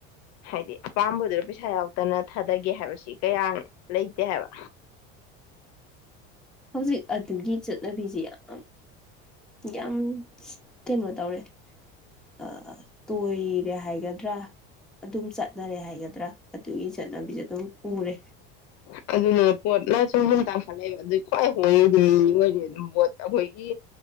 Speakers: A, on the left; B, in the centre.
A: ꯍꯥꯏꯗꯤ ꯑꯄꯥꯝꯕꯗꯨꯗ ꯄꯩꯁꯥ ꯌꯥꯎꯗꯅ ꯊꯥꯗꯒꯦ ꯍꯥꯏꯕꯁꯤ ꯀꯌꯥ ꯂꯩꯇꯦ ꯍꯥꯏꯕ
B: ꯍꯧꯖꯤꯛ ꯑꯗꯨꯒꯤ ꯆꯠꯅꯕꯤꯁꯤ ꯌꯥꯝ ꯌꯥꯝ ꯀꯩꯅꯣ ꯇꯧꯔꯦ ꯑꯥ ꯇꯣꯏꯔꯦ ꯍꯥꯏꯒꯗ꯭ꯔꯥ ꯑꯗꯨꯝ ꯆꯠ ꯆꯅꯔꯦ ꯍꯥꯏꯒꯗ꯭ꯔꯥ ꯑꯗꯨꯒꯤ ꯆꯠꯅꯕꯤꯖꯦ ꯑꯗꯨꯝ ꯎꯔꯦ
A: ꯑꯗꯨꯅ ꯄꯣꯠꯅ ꯁꯨꯝ ꯁꯨꯝ ꯇꯥꯡꯈꯠꯅꯩꯑꯕ ꯑꯗꯨꯗꯤ ꯈ꯭ꯋꯥꯏ ꯍꯣꯡꯉꯤꯗꯤ ꯃꯤ ꯑꯣꯏꯔꯤ ꯑꯗꯨꯝ ꯄꯣꯠ ꯑꯩꯈꯣꯏꯒꯤ